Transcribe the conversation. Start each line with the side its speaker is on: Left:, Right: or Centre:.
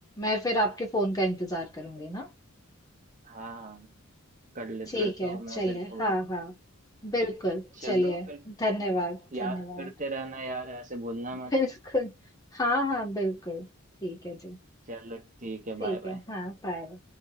Left: मैं फिर आपके फ़ोन का इंतज़ार करूँगी ना।
Right: हाँ हाँ कर ले
Left: ठीक
Right: करता
Left: है
Right: हूँ मैं
Left: चलिए
Right: फिर फोन
Left: हाँ हाँ बिल्कुल
Right: चलो
Left: चलिए
Right: फिर
Left: धन्यवाद
Right: याद
Left: धन्यवाद
Right: करते रहना यार ऐसे भूलना
Left: <laughs>
Right: मत
Left: बिल्कुल हाँ हाँ बिल्कुल ठीक है जी
Right: चलो ठीक है
Left: ठीक
Right: बाय बाय
Left: है हाँ बाय